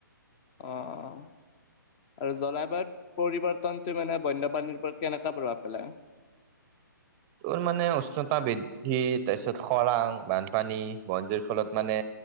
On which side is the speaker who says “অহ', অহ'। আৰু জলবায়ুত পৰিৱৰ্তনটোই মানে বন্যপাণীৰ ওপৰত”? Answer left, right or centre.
Left